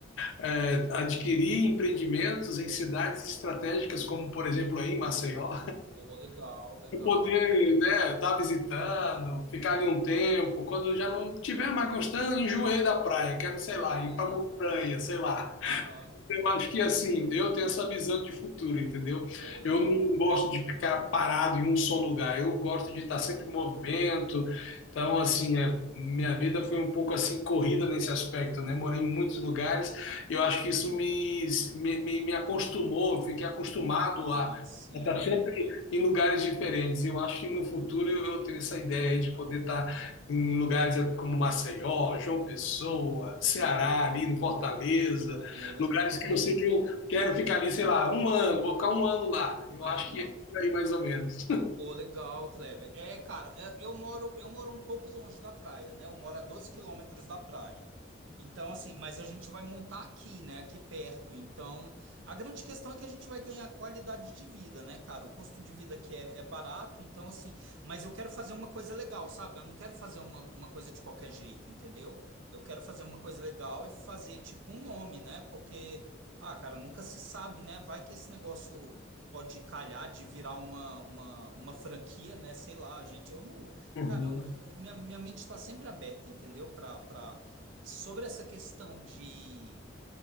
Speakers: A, on the left; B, on the right.
A: é, é, adquirir empreendimentos em cidades estratégicas, como por exemplo aí em Maceió.
B: Pô, legal, legal.
A: poder, né, estar visitando, ficar ali um tempo, quando já não tiver mais gostando, enjoei da praia, quero, sei lá,
B: Sim,
A: ir pra montanha, sei lá.
B: aham.
A: Eu acho que assim, eu tenho essa visão de futuro, entendeu?
B: Pô, legal.
A: Eu não gosto de ficar parado em um só lugar, eu gosto de estar sempre em movimento. Então, assim, é, minha vida foi um pouco assim corrida nesse aspecto, né? Morei em muitos lugares eu acho que isso me, me, me, me acostumou, eu fiquei acostumado
B: Ah,
A: a
B: sim.
A: a estar sempre em lugares diferentes. Eu acho que no futuro eu eu tenho essa ideia aí de poder estar em lugares como Maceió, João Pessoa, Ceará, ali em Fortaleza.
B: Pô, legal,
A: Lugares que eu sei
B: cara.
A: que eu quero ficar ali, sei lá, um ano, vou ficar um ano lá. Eu
B: Aham.
A: acho que é por aí mais ou menos.
B: Pô, legal, Kleber. É, cara, é, eu moro, eu moro um pouco longe da praia, né? Eu moro a 12 quilômetros da praia. Então, assim, mas a gente vai montar aqui, né? Aqui perto. Então, a grande questão é que a gente vai ganhar qualidade de vida, né, cara? O custo de vida aqui é, é barato, então, assim, mas eu quero fazer uma coisa legal, sabe? Eu não quero fazer uma, uma coisa de qualquer jeito, entendeu? Eu quero fazer uma coisa legal e fazer, tipo, um nome, né? Porque, ah, cara, nunca se sabe, né? Vai que esse negócio pode calhar de virar uma, uma, uma franquia, né? Sei lá, gente. Eu não.
A: Uhum.
B: Cara, eu não- minha, minha mente está sempre aberta, entendeu? Para, para... Sobre essa questão de